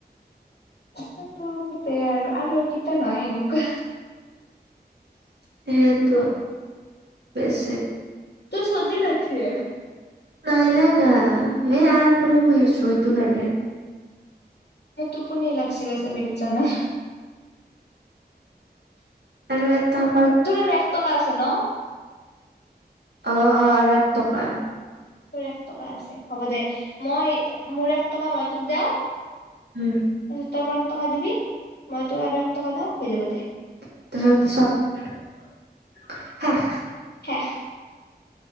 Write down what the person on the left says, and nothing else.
তে আৰু আৰু এইকেইটা নহয় এনেকুৱা।
তোৰ চলি লাগিছে।
মোৰ তুপনি লাগছি বছে বিৰেত জান। উম
তোৰ আৰু এক টকা আছে ন।
তোৰ এক টকা আছে হ'ব দে মই মোৰ এক টকা মই তোক দেও।
তাৰপিছত তই মই এক টকা দিবি মই তই আৰু এক টকা হৈ যাব দে।
শেষ